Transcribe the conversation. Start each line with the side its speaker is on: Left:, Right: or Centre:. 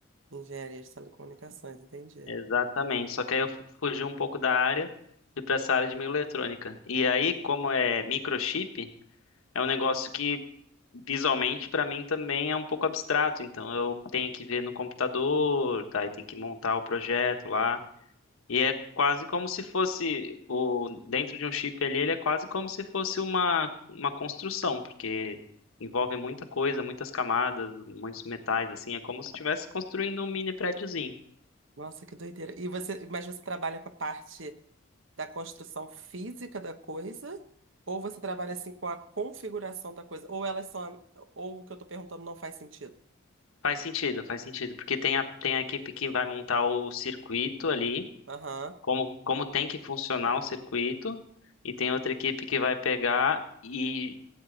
Right: engenharia de telecomunicações, entendi.
Left: Exatamente. Só que aí eu fu- fugi um pouco da área, fui para essa área de microeletrônica. E aí, como é microchip, é um negócio que visualmente para mim também é um pouco abstrato. Então eu tenho que ver no computador, tá? E tem que montar o projeto lá. E é quase como se fosse o dentro de um chip ali, ele é quase como se fosse uma uma construção, porque envolve muita coisa, muitas camadas, muitos metais assim, é como se estivesse construindo um mini prédiozinho.
Right: Nossa, que doideira. E você, mas você trabalha com a parte da construção física da coisa? Ou você trabalha assim com a configuração da coisa? Ou elas são, ou o que eu tô perguntando não faz sentido?
Left: Faz sentido, faz sentido, porque tem a tem a equipe que vai montar o circuito ali,
Right: Aham,
Left: como como tem que funcionar o circuito, e tem outra equipe que vai pegar e